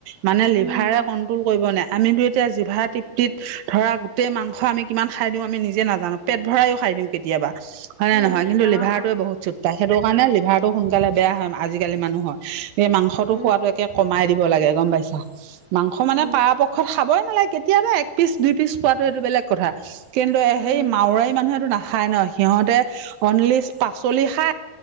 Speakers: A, on the right; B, on the left.
A: মানে
B: উম
A: লিভাৰে কন্ট্ৰল কৰিব নোৱাৰে। আমি টো এতিয়া জিভা তৃপ্তিত ধৰা গোটেই মাংস আমি কিমান খাই দিওঁ আমি নিজে নাজানো পেট ভৰায়ওঁ খাই। হয় নে
B: উম
A: নহয়।
B: আহ
A: বহুত চুত পাই সেইটো কাৰণে লিভাৰটো সোনকালে বেয়া হয়, আজিকালি মানুহৰ। এই মাংসটো
B: উম
A: খোৱাতটো একে কমাই দিব লাগে গ'ম পাইছা, মাংস
B: উম
A: মানে পৰাপক্ষত খাবই নালাগে। কেতিয়াবা এক পিচ দুই পিচ খোৱাটো এইটো বেলেগ কথা কিন্তু
B: উম
A: সেই মাৰাৰী মানুহটো নাে খাই ন সিহঁতে অনলি পাচলি খায়,